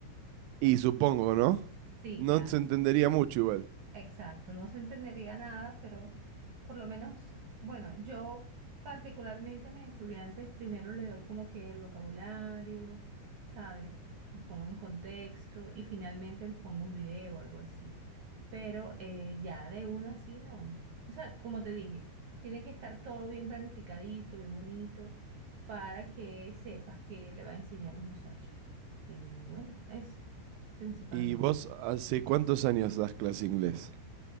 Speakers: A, on the right; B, on the right.
A: Y supongo, ¿no?
B: Sí,
A: No
B: claro.
A: se entendería mucho igual.
B: Exacto, no se entendería nada, pero por lo menos, bueno, yo particularmente a mis estudiantes primero le doy como que el vocabulario, ¿sabes? Los pongo en contexto y finalmente les pongo un video o algo así. Pero eh, ya de una así no. O sea, como te dije, tiene que estar todo bien planificadito, bien bonito, para que sepas qué le va a enseñar a los muchachos. Y bueno, eso, principalmente.
A: ¿Y vos hace cuántos años das clase de inglés?